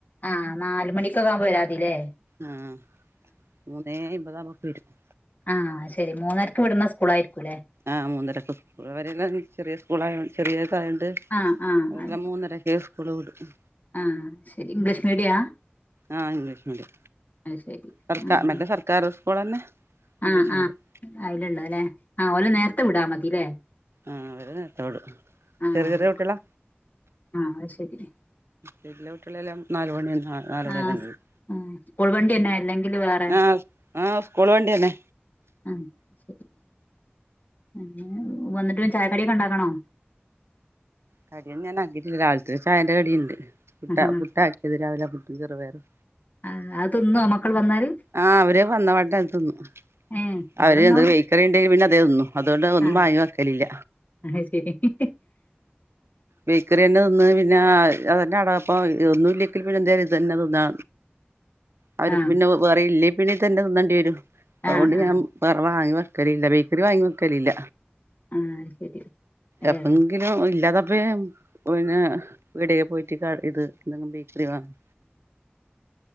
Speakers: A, on the left; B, on the right.
A: ആഹ് നാല് മണിക്കൊക്കെ ആവുമ്പോ വരാ മതില്ലേ
B: ആഹ് മൂന്നേ അയ്ബതാവുമ്പോക്കെ വരും.
A: ആഹ് ശെരി മൂന്നരക്ക് വിട്ണ സ്കൂളായിരിക്കുംല്ലേ
B: ആഹ് മൂന്നരക്ക് സ്കൂൾ വര്ണ ചെറിയ സ്കൂളായോണ്ട് ചെറിയതായോണ്ട്
A: ആഹ് ആഹ്
B: ഒലെ
A: ആയി
B: മൂന്നരക്കേ സ്കുള് വിടും.
A: ആഹ് ശെരി ഇംഗ്ലീഷ് മീഡിയാ
B: ആഹ് ഇംഗ്ലീഷ് മീഡിയാ
A: അത് ശരി
B: സർക്കാ
A: ഉം
B: മറ്റേ
A: ഉം
B: സർക്കാർ സ്കൂളന്നെ ഇംഗ്ലീഷ്
A: ആഹ്
B: മീഡിയം
A: ആഹ്‌ അയ്ലന്നെല്ലെ ആഹ് ഓലെ നേരത്തെ വിടാ മതില്ലേ
B: ആഹ്‌ അവരെ നേരത്തെ വിടും
A: ആഹ്
B: ചെറിയ ചെറിയ കുട്ടിയേളെ
A: ആഹ് ശെരി.
B: പിന്നല്ല കുട്ടിയേളെല്ലാം നാല് മണി നാലരയെല്ലാം
A: ആഹ്
B: കയ്യും
A: ആഹ് സ്കൂൾ വണ്ടിന്നെ അല്ലങ്കില് വേറെ
B: ആഹ് ആഹ് സ്കൂൾ വണ്ടിയന്നെ
A: <inaudible> ആഹ്‌ ശെരി, പിന്നെ വന്ന്ട്ട് ചായക്കടിയൊക്കെ ഇണ്ടാക്കണോ
B: കടിയൊന്നും ഞാൻ ആക്കിട്ടില്ല. രാവിൽത്തെ ചായന്റെ കടിണ്ട്, പുട്ട
A: ആഹ്
B: പുട്ട ആക്കിയത് രാവിലെ പുട്ടും ചെറുപയറും
A: ആഹ് അത് തിന്നോ മക്കള് വന്നാല്
B: ആഹ്‌ അവര് വന്നപാടന്നെ അത് തിന്നും.
A: ഏഹ് ഇവിടെന്നും
B: അവര് എന്ത് ബേയ്ക്കറി ഇണ്ടേൽ പിന്നെ അതേ തിന്നു അതുകണ്ട് ഒന്നും
A: ആഹ്
B: വാങ്ങി വെക്കലില്ല.
A: അത് ശെരി <inaudible>
B: ബേക്കറിയന്നെ തിന്ന് പിന്നെ അതന്നെ ആണാപ്പൊ ഒന്നും ഇല്ലെങ്കിൽ പിന്നെ ഇത് തന്നെ തിന്നാ. അവർക്ക്
A: ആഹ്
B: പിന്നെ വേറെയില്ലേ പിന്നെ ഇതന്നെ തിന്നേണ്ടിയരും അതുകൊണ്ട്
A: ആഹ് ആഹ്
B: ഞാൻ വേറെ വാങ്ങി വെക്കലില്ല ബേക്കറി വാങ്ങി വെക്കലില്ല.
A: ആഹ് ശരി ഏഹ്
B: എപ്പങ്കിലും ഇല്ലാതപ്പം ഞാൻ <unintelligible> പീടിയെ പോയിട്ട് ഇത് എന്തെങ്കിലും ബേക്കറി വാങ്ങും